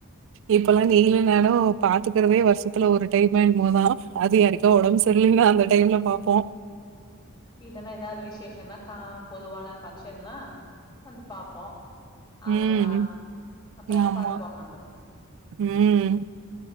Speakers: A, on the right (about 60°); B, on the left (about 20°).
A: இப்பல்லா நீலு நானு பாத்துக்கிறதே வருஷத்துல ஒரு டைமு என்மோ தா அது யாருகோ உடம்பு சரிலின்னா அந்த டைம்ல பாப்போ
B: இல்ன்னா ஏதாவது விசேஷஷனா கா பொதுவான பங்க்ஷன்னா வந்து பாப்போ அவ்ளோவுதா
A: ம்.
B: அப்பற எங்க
A: ஆமா.
B: பாக்க போறோ நம்ம
A: ம்